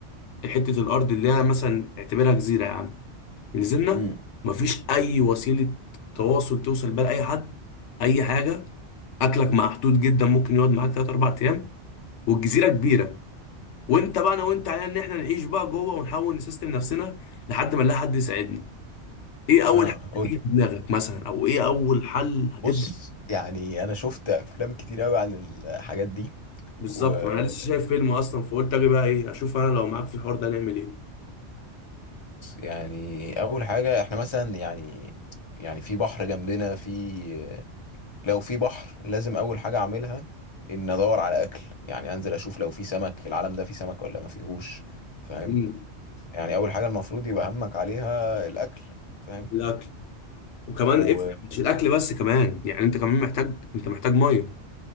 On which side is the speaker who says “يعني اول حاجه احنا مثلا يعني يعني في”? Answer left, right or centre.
Left